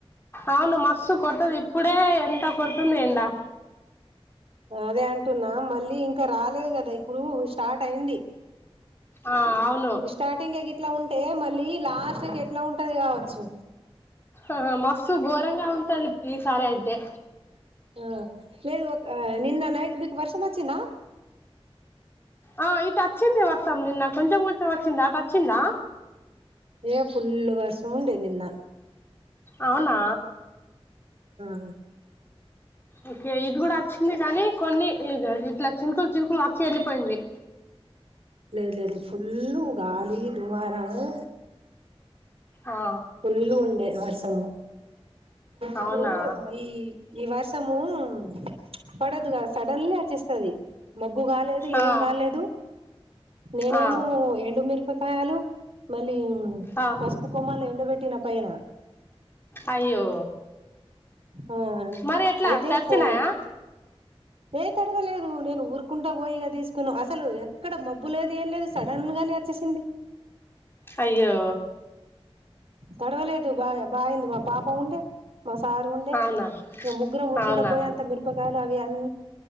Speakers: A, on the left; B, on the right.
A: అవును మస్తు కొడతది ఇప్పుడే ఎంత కొడుతుంది ఎండా
B: అదే అంటున్నా మళ్ళీ ఇంకా రాలేదు కదా ఇప్పుడు స్టార్ట్ అయింది
A: ఆ అవును
B: స్టార్టింగ్ ఏ గిట్ల ఉన్ టే మళ్ళీ లాస్ట్కీ ఎట్ల ఉంటది కావచ్చు.
A: ఆ మాటు ఘోరంగా ఉంటది ఈ సారైతే
B: ఆ లేదు ఒక నిన్న నైట్ మీకు వర్షం వచ్చిందా?
A: ఆ ఇటచ్చింది వర్షం నిన్న కొంచం కొంచం అచ్చింది అటచ్చిందా?
B: ఏ ఫుల్ వర్షము ఉండే నిన్న
A: అవునా
B: మ్మ్
A: ఓకే ఇటు కూడా వచ్చింది గానీ కొన్ని ఇగ ఇట్ల చినుకుల్ చినుకుల్ ఆచ్చి ఎళ్ళిపోయింది.
B: లేదు లేదు ఫుల్లు గాలి దుమారము
A: ఆ
B: ఫుల్లు ఉండే వర్షము ఇప్పుడు
A: అవునా
B: ఈ ఈ వర్షం మ్ పడదుగా సడన్లీ వచ్చేస్తది. మ మబ్బు కాలేదు
A: ఆ
B: ఏం కాలేదు నేనేమో
A: ఆ
B: ఎండు మిరప కాయలు మళ్ళీ
A: ఆ
B: పసుపు కొమ్మలు ఎండబెట్టిన పైన
A: అయ్యో
B: ఆ
A: మరి ఎట్లా
B: అయితే
A: తడిసినాయా
B: పో ఏ తడవలేదు నేను ఊరుకుంటా పోయి ఇగ తీస్కున్న అసలు ఎక్కడ మబ్బు లేదు ఏం లేదు సడన్గ గనే అచ్చేసింది.
A: అయ్యో!
B: తడవలేదు బాగా బాయింది మా పాప ఉండే మా సారు ఉండే
A: అవునా
B: ఇగ ముగ్గురం ఊరుకుంట
A: అవునా
B: పోయే అంత మిరపకాయల్ అవి అన్